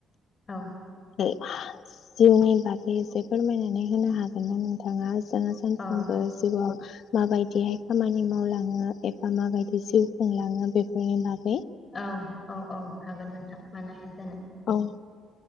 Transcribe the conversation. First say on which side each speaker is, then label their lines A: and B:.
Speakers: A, on the left (about 40°); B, on the left (about 70°).
A: औ
B: दे जिउनि बागै एसे फोरमायना नै होनो हागोनना नोंथाङा जोंहा सानफ्रामबो
A: औ
B: जिउ आव माबायदिहाय खामानि मावलाङो एबा मा बायदि जिउ खुंलाङो बेफोनि बागै
A: औ-औ-औ हागोन नोंथां मानो हाया जानो
B: औ